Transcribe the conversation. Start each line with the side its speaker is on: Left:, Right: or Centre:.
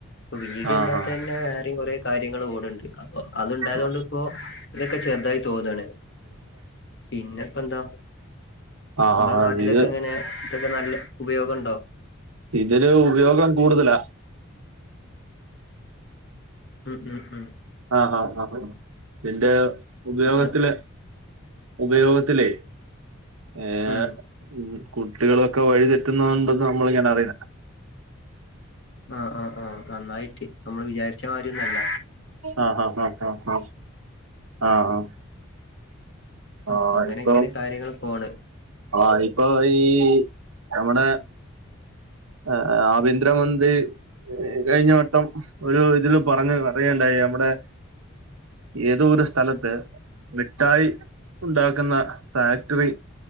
Left: ബീഡിയല്ലാത്ത
Right: ആഹ്
Left: തന്നെ വേറെയും കൊറെ കാര്യങ്ങള് കൂടൊണ്ട് അപ്പൊ അത്ണ്ടായത്
Right: ആഹ്
Left: കൊണ്ട് ഇപ്പോ ഇതൊക്കെ ചെറുതായി തോന്നാണ് പിന്നെപ്പെന്താ
Right: ആഹ്
Left: ഇങ്ങളെ
Right: ആഹ്
Left: നാട്ടിലൊക്കെ
Right: ഇത്
Left: എങ്ങനെ ഇതൊക്കെ നല്ല ഉപയോഗണ്ടോ
Right: ഇതിന് ഉപയോഗം കൂടുതലാ
Left: ഉം ഉം ഉം
Right: ആഹ് ആഹ് ആഹ് ആഹ് ഇതിന്റെ ഉപയോഗത്തില്
Left: അപ്പ
Right: ഉപയോഗത്തിലെ ഏഹ്
Left: ഉം
Right: മ്മ് കുട്ടികളൊക്കെ വഴിതെറ്റുന്നോണ്ട്ന്ന് നമ്മളിങ്ങനെ അറിയിന്നെ
Left: ആഹ് ആഹ് ആഹ് നന്നായിറ്റ് നമ്മള് വിചാരിച്ച മാരിയൊന്നല്ല
Right: ആഹ് ആഹ് ആഹ് ഹാ ഹാ ആഹ് ആഹ്
Left: അപ്പ
Right: ആഹ്
Left: അങ്ങനെയൊക്കെയാണ്
Right: ഇപ്പം
Left: കാര്യങ്ങള് പോണ്
Right: ആഹ് ഇപ്പോ ഈ നമ്മടെ ആ ആ ആഭ്യന്തരമന്ത്രി എ കഴിഞ്ഞവട്ടം ഒരു ഇതില് പറഞ്ഞ പറയണ്ടായി നമ്മടെ ഏതോ ഒരു സ്ഥലത്ത് മിട്ടായി ഉണ്ടാക്കുന്ന ഫാക്ടറി